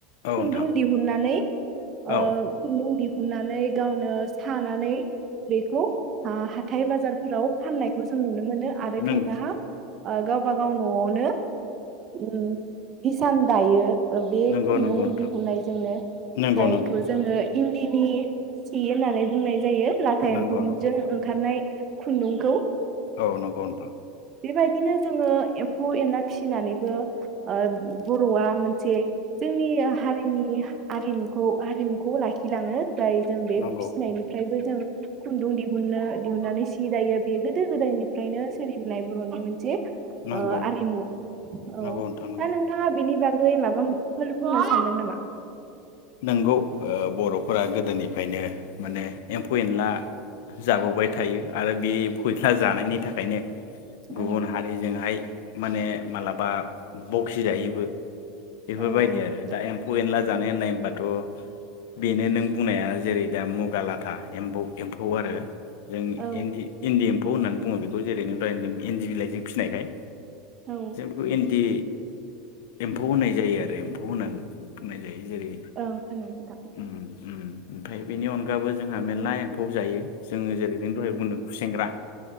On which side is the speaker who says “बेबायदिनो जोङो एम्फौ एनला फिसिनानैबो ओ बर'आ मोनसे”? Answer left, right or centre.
Right